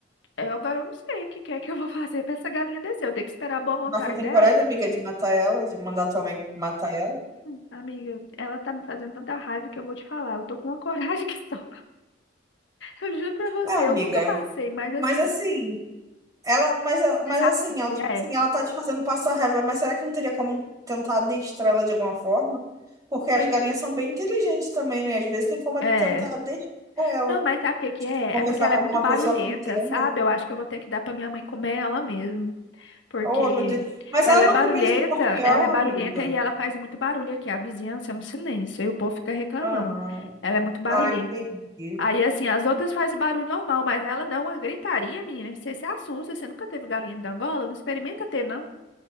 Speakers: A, on the left; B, on the right.
A: eu agora eu não sei o que que é que eu vou <laughs> fazer pra essa galinha descer. Eu tenho que esperar a boa vontade
B: Mas tu tem
A: dela.
B: coragem, amiga, de matar ela, de mandar tua mãe matar ela?
A: Hum, Amiga, ela tá me fazendo tanta raiva que eu vou te falar. Eu tô com uma <laughs> coragem que só. <laughs> Eu juro pra você,
B: Ah,
A: eu
B: amiga.
A: nunca passei, mas assim,
B: Mas assim, ela, mas, eh, mas
A: você sabe
B: assim,
A: o que que
B: ela, tipo
A: é?
B: assim, ela tá te fazendo passar raiva, mas será que não teria como tentar adestrar ela de alguma forma? Porque as galinhas são bem inteligentes também, né? Às vezes tem como
A: É.
B: tentar adestrar ela.
A: Não, mas sabe o que que
B: Tipo,
A: é?
B: conversar
A: É porque ela
B: com
A: é muito
B: alguma
A: barulhenta,
B: pessoa que entenda.
A: sabe? Eu acho que eu vou ter que dar pra minha mãe comer ela mesmo. Porque
B: Oh, meu Deus. Mas
A: ela
B: ela não
A: é barulhenta,
B: comia os escorpião,
A: ela é barulhenta
B: amiga.
A: e ela faz muito barulho aqui. A vizinhança é um silêncio e o povo fica reclamando.
B: Aham.
A: Ela é muito barulhenta.
B: Ah, entendi.
A: Aí, assim, as outras fazem barulho normal, mas ela dá uma gritaria, menina, que você se assusta. Você nunca teve galinha de Angola? Não experimenta ter, não?